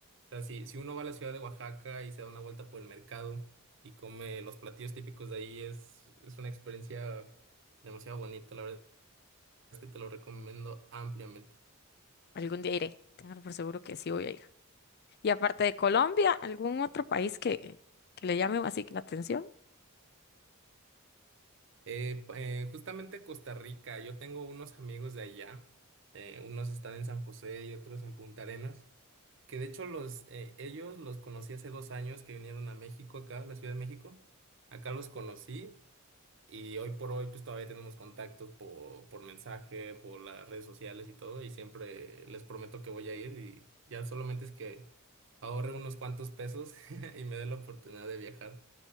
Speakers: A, on the right (about 60°); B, on the left (about 45°).
A: O sea, si, si uno va a la ciudad de Oaxaca y se da una vuelta por el mercado y come los platillos típicos de ahí, es, es una experiencia demasiado bonita. La verdad es que te lo recomiendo ampliamente.
B: Algún día iré. Tengo por seguro que sí voy a ir. Y aparte de Colombia, ¿algún otro país que, que le llame así la atención?
A: Eh, pa- eh, justamente Costa Rica, yo tengo unos amigos de allá, eh, unos están en San José y otros en Punta Arenas. Que de hecho los, eh, ellos los conocí hace dos años que vinieron a México, acá, a la Ciudad de México. Acá los conocí y hoy por hoy pues todavía tenemos contactos por, por mensaje, por las redes sociales y todo. Y siempre les prometo que voy a ir y ya solamente es que ahorre unos cuantos pesos <laughs> y me dé la oportunidad de viajar.